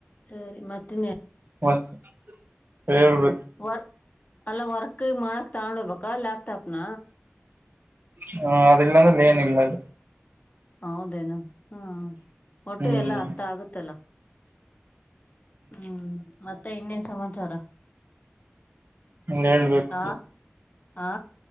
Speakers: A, on the left (about 40°); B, on the right (about 50°).
A: ಸರಿ ಮತ್ತ ಇನ್ನೇನು
B: ಮತ್ತೆ ಹೇಳ್ಬೇಕು
A: ವರ್ ಅಲ್ಲ ವರ್ಕ್ ಮಾಡಕ್ ತಗೊಂಡ ಹೋಗ್ಬೇಕ ಲ್ಯಾಪ್ಟಾಪ್ನ
B: ಹ್ಮ ಅದಿಲ್ಲಂದಲ್ಲ ಏನ ಅಲ್ಲಿ
A: ಹೌದೇನು ಹ್ಮ ಒಟ್ಟು
B: ಹ್ಮ್
A: ಎಲ್ಲಾ ಅರ್ಥ ಆಗುತ್ತಲ್ಲ ಹ್ಮ್ ಮತ್ತೆ ಇನ್ನೇ ಸಮಾಚಾರ
B: ಹ್ಮ ಹೇಳ್ಬೇಕು
A: ಆ ಆ